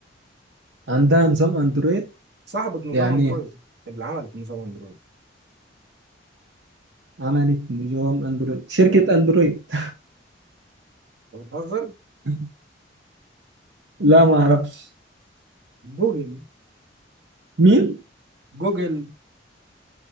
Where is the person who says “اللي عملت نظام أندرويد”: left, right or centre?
Right